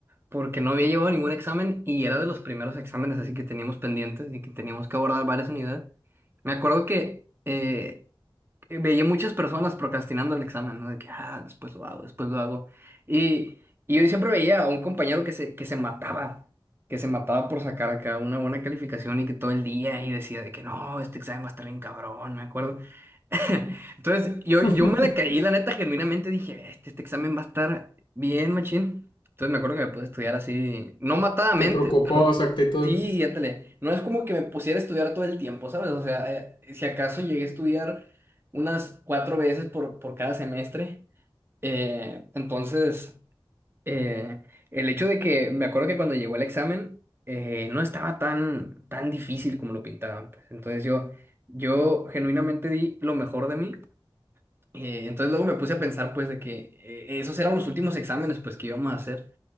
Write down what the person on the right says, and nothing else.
porque no había llevado ningún examen y era de los primeros exámenes así que teníamos pendientes y que teníamos que abordar varias unidades. Me acuerdo que eh, eh, veía muchas personas procrastinando el examen, ¿no? De que, ah, después lo hago, después lo hago. Y, y yo siempre veía a un compañero que se, que se mataba, que se mataba por sacar acá una buena calificación y que todo el día y decía de que no, este examen va a estar bien cabrón, me acuerdo. <laughs> Entonces, yo,
yo me decaí, la neta, genuinamente dije, este, este examen va a estar bien, machín. Entonces me acuerdo que me puse a estudiar así, no matadamente,
pero
sí, ándale. No es como que me pusiera a estudiar todo el tiempo, ¿sabes? O sea, eh, si acaso llegué a estudiar unas cuatro veces por, por cada semestre. Eh, entonces, eh, el hecho de que me acuerdo que cuando llegó el examen eh, no estaba tan, tan difícil como lo pintaban. pues. Entonces yo, yo genuinamente di lo mejor de mí. Eh, entonces luego me puse a pensar pues de que eh, esos eran los últimos exámenes pues que íbamos a hacer.